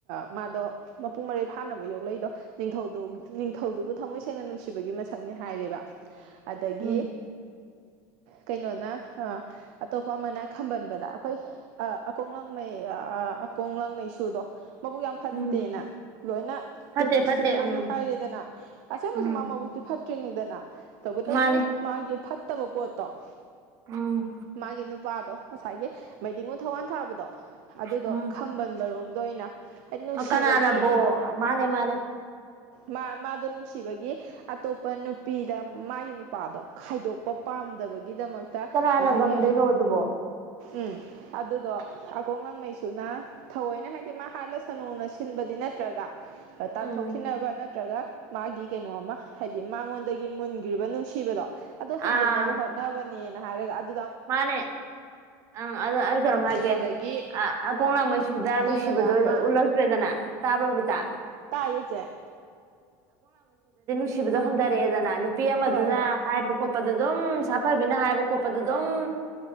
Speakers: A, on the right; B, on the right.
A: ꯃꯥꯗꯣ ꯃꯄꯨꯡ ꯃꯔꯩ ꯐꯥꯅꯕ ꯌꯣꯛꯂꯛꯏꯗꯣ ꯅꯤꯡꯊꯧꯗꯣ ꯅꯤꯡꯊꯧꯗꯨꯕꯨ ꯊꯝꯃꯣꯏ ꯁꯦꯡꯅ ꯅꯨꯡꯁꯤꯕꯒꯤ ꯃꯁꯛꯅꯤ ꯍꯥꯏꯔꯦꯕ ꯑꯗꯒꯤ
B: ꯎꯝ
A: ꯀꯩꯅꯣꯅ ꯑꯇꯣꯞꯄ ꯑꯃꯅ ꯈꯝꯕꯟꯕꯗ ꯑꯩꯈꯣꯏ ꯑ ꯑꯀꯣꯡꯂꯥꯡꯃꯩ ꯑ ꯀꯣꯡꯂꯪ ꯃꯩꯁꯨꯗꯣ ꯃꯕꯨꯛ ꯌꯥꯝ ꯐꯠꯇꯦꯅ
B: ꯎꯝ
A: ꯂꯣꯏꯅ
B: ꯐꯠꯇꯦ
A: ꯀ꯭ꯔꯤꯇꯤꯛꯁ
B: ꯐꯠꯇꯦ
A: ꯈꯨꯗꯤꯡꯃꯛꯅ
B: ꯎꯝ
A: ꯍꯥꯏꯔꯦꯗꯅ ꯑꯁꯦꯡꯕꯁꯨ
B: ꯎꯝ
A: ꯃꯥ ꯃꯕꯨꯛꯇꯤ ꯐꯠ ꯀꯤꯡꯗꯅ ꯇꯧꯕꯇꯕꯨ
B: ꯃꯥꯅꯦ
A: ꯃꯥꯒꯤ ꯐꯠ ꯐꯠꯇꯕ ꯄꯣꯠꯇꯣ
B: ꯎꯝ
A: ꯃꯥꯒꯤ ꯅꯨꯄꯥꯗꯣ ꯉꯁꯥꯏꯒꯤ ꯃꯥꯏꯗꯤꯡꯉꯨ ꯊꯧꯋꯥꯟꯊꯥꯕꯗꯣ ꯑꯗꯨꯗꯣ
B: ꯎꯝ
A: ꯈꯝꯕꯟꯕꯔꯣꯝꯗ ꯑꯣꯏꯅ ꯍꯥꯏꯗꯤ ꯅꯨꯡꯁꯤꯕꯒꯤ
B: ꯀꯅꯥꯅꯕꯨ ꯃꯥꯅꯦ ꯃꯥꯅꯦ
A: ꯃꯥ ꯃꯥꯗꯣ ꯅꯨꯡꯁꯤꯕꯒꯤ ꯑꯇꯣꯞꯄ ꯅꯨꯄꯤꯗ ꯃꯥꯒꯤ ꯅꯨꯄꯥꯗꯣ ꯈꯥꯏꯗꯣꯛꯄ ꯄꯥꯝꯗꯕꯒꯤꯗꯃꯛꯇ
B: ꯀꯅꯥꯅ
A: ꯉꯁꯥꯏꯒꯤ
B: ꯉꯝꯗꯣꯏꯅꯣ ꯑꯗꯨꯕꯣ
A: ꯎꯝ ꯑꯗꯨꯗꯣ ꯑꯀꯣꯡꯂꯥꯡꯃꯩꯁꯨꯅ ꯊꯑꯣꯏꯅ ꯍꯥꯏꯗꯤ ꯃꯥ ꯍꯥꯠꯂꯁꯨꯅ ꯁꯤꯟꯕꯗꯤ ꯅꯠꯇ꯭ꯔꯒ ꯇꯥꯟꯊꯣꯛꯈꯤꯅꯕ
B: ꯎꯝ
A: ꯅꯠꯇ꯭ꯔꯒ ꯃꯥꯒꯤ ꯀꯩꯅꯣꯃ ꯍꯥꯏꯗꯤ ꯃꯉꯣꯟꯗꯒꯤ ꯃꯨꯟꯒ꯭ꯔꯤꯕ ꯅꯨꯡꯁꯤ ꯁꯤꯕꯗꯣ ꯑꯗꯨ ꯍꯟꯖꯤꯟꯅꯕ
B: ꯑꯥ
A: ꯍꯣꯠꯅꯕꯅꯦ ꯉꯍꯥꯛ ꯂꯩꯔꯒ ꯑ
B: ꯃꯥꯅꯦ ꯑ ꯑꯗꯨ ꯑꯩ ꯀꯩꯅꯣꯝ ꯍꯥꯏꯒꯦ
A: ꯑꯗꯒꯤ
B: ꯑ ꯑꯀꯣꯡ ꯑꯀꯣꯡꯂꯥꯡꯃꯩꯁꯨꯗ
A: ꯀꯩꯅꯣꯗ
B: ꯅꯨꯡꯁꯤꯕꯗꯣ
A: ꯑꯃ
B: ꯎꯠꯂꯛꯇ꯭ꯔꯦꯗꯅ ꯇꯥꯔ꯭ꯕꯣ ꯕꯥꯕꯤꯇꯥ
A: ꯇꯥꯏꯌꯦ ꯆꯦ
B: ꯁꯤꯕꯗꯣ ꯍꯟꯗꯔꯛꯑꯦꯗꯅ ꯅꯨꯄꯤ ꯑꯃꯗꯨꯅ
A: ꯍꯣꯏ ꯍꯣꯏ
B: ꯍꯥꯏꯕ ꯈꯣꯠꯞ ꯑꯗꯣ ꯑꯗꯨꯝ ꯁꯥꯐꯕꯤꯅ ꯍꯥꯏꯕ ꯈꯣꯠꯄꯗ ꯑꯗꯨꯝ